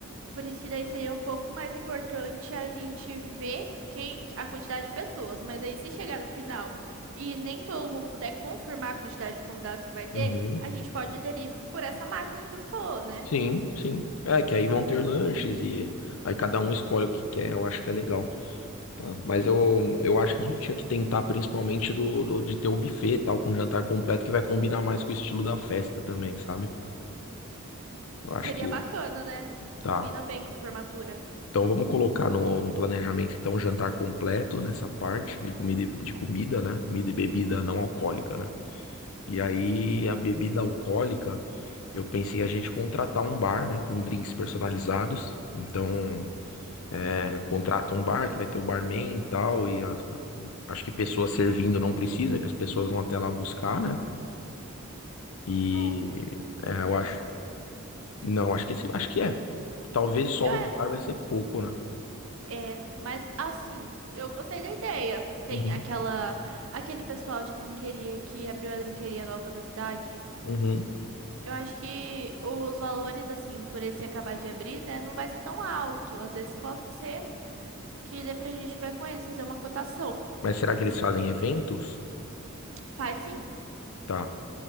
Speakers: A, on the right; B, on the left.
A: Por isso que daí seria um pouco mais importante a gente ver quem a quantidade de pessoas. Mas aí, se chegar no final e nem todo mundo puder confirmar a quantidade de convidados que vai ter,
B: Uhum.
A: a gente pode aderir por essa máquina que você falou, né?
B: Sim, sim. É, que aí vão ter lanches e aí cada um escolhe o que quer, eu acho que é legal. tá? Mas eu, eu acho que a gente tinha que tentar principalmente do, do- de ter o buffet tal, com jantar completo, que vai combinar mais com o estilo da festa também, sabe? Eu acho
A: Seria
B: que
A: bacana, né?
B: tá.
A: Combina bem com formatura.
B: Então vamos colocar no, no planejamento então jantar completo nessa parte de comida, e- de comida, né? Comida e bebida não alcoólica, né? E
A: Isso.
B: aí a bebida alcoólica, eu pensei a gente contratar um bar, né? Com drinks personalizados. Então. É, contrata um bar que vai ter o barman e tal, e as- acho que pessoas servindo não precisa, que as pessoas vão até lá buscar, né? E
A: Não, não,
B: é,
A: eu
B: eu
A: acho
B: acho.
A: que sim.
B: Não, acho que esse- acho que é. Talvez só
A: Eu
B: um
A: é,
B: bar vai ser pouco, né?
A: é, mas assim, eu gostei da ideia. Tem
B: Uhum.
A: aquela, aquele pessoal de trinqueria que abriu a trinqueria nova da cidade
B: Uhum.
A: Eu acho que os valores, assim, por ele se acabar de abrir, né, não vai ser tão alto. Às vezes pode ser que dê pra gente ver com eles, fazer uma cotação.
B: Mas será que eles fazem eventos?
A: Faz sim,
B: Tá.